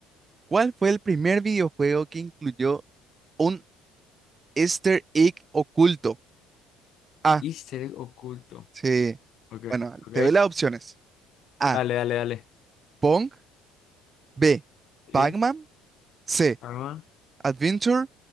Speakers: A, on the right; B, on the left.
A: ¿Cuál fue el primer videojuego que incluyó un Easter egg oculto? Ah,
B: Easter egg oculto.
A: sí.
B: Ok,
A: Bueno,
B: ok.
A: te doy las opciones. A.
B: Dale, dale, dale.
A: Pong. B. Pac-Man.
B: Sí,
A: C.
B: arma.
A: Adventure.